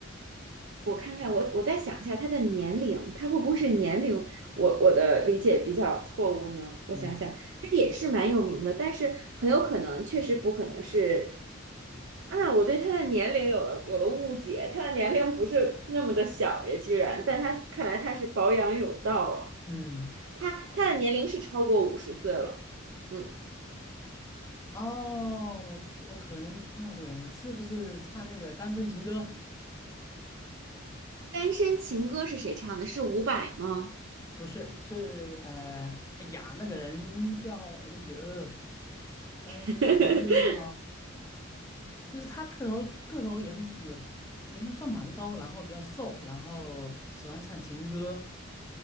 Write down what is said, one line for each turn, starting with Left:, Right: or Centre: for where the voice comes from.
Right: 我看看，我我再想一下他的年龄，他会不会是年龄？我我的理解比较错误呢？我想想，
Left: 嗯
Right: 他也是蛮有名的，但是很有可能确实不可能是啊，我对他的年龄有了有了误解，他的年龄不是那么的小耶，居然，但他看来他是保养有道啊，
Left: 嗯，
Right: 他他的年龄是超过五十岁了，嗯。
Left: 哦，我我可能猜到这个人是不是唱那个《单身情歌》？
Right: 单身情歌是谁唱的？是伍佰吗？
Left: 不是，是呃，哎呀，那个人叫，哎呦，单身情歌叫，
Right: <laughs>
Left: 就是他个头个头也也也算蛮高，然后比较瘦，然后喜欢唱情歌，